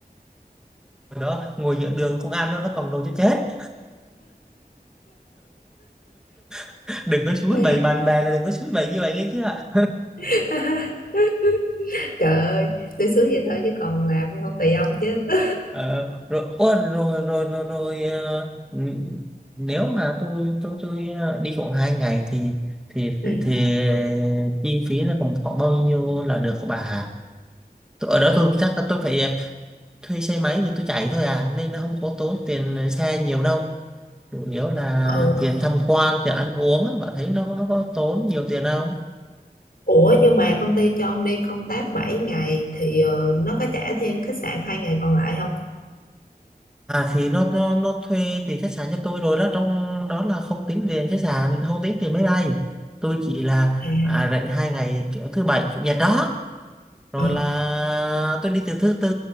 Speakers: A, in the centre; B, on the left.
A: Ở đó ngồi giữa đường công an nó nó còng đầu cho chết <laughs> đừng có suối
B: Ừ.
A: bày bạn bè là đừng có suối bày như vậy nghe chứ ạ
B: <laughs> trời ơi tôi xúi vậy thôi chứ còn làm thì không tùy ông chứ <laughs>
A: Ờ, rồi, ủa, rồi rồi rồi rồi ờ, ừ, nếu mà tôi tôi tôi ờ, đi khoảng hai ngày thì thì
B: ừ.
A: thì, thì chi phí nó còn khoảng bao nhiêu là được của bà Hà? Tôi- ở đó tôi chắc là tôi phải ờ, thuê xe máy thì tôi chạy thôi à nên nó không có tốn tiền xe nhiều đâu chủ yếu là
B: ừ
A: tiền tham quan tiền ăn uống á, bạn thấy nó nó có tốn nhiều tiền không
B: ủa nhưng mà công ty cho ông đi công tác 7 ngày thì ờ, nó có trả thêm khách sạn hai ngày còn lại không
A: à thì nó nó nó thuê tiền khách sạn cho tôi rồi đó trong đó là không tính tiền khách sạn không tính tiền máy bay tôi chỉ là
B: à
A: à, rảnh hai ngày kiểu thứ bảy chủ nhật đó rồi
B: ờ
A: là tôi đi từ thứ tư